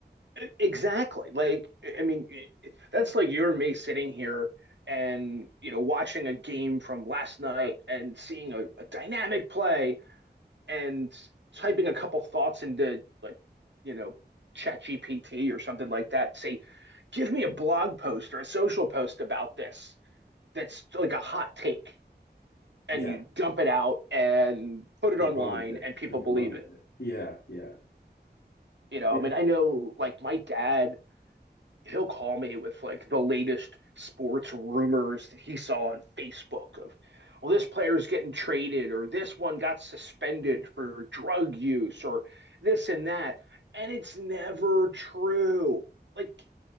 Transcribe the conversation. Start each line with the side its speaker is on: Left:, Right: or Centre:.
Right: e, exactly like e, I mean e, e, that's like you and me sitting here and you know watching a game from last night and seeing a, a dynamic play and typing a couple thoughts into like you know ChatGPT or something like that. Say, give me a blog post or a social post about this that's like a hot take and
Left: Yeah,
Right: you dump it out and put
Left: just
Right: it online
Left: run with it.
Right: and people
Left: Just
Right: believe
Left: run with
Right: it.
Left: it. Yeah, yeah,
Right: You know,
Left: yeah,
Right: I mean, I know like my dad, he'll call me with like the latest sports rumors that he saw on Facebook of, well, this player's getting traded or this one got suspended for drug use or this and that. And it's never true. Like,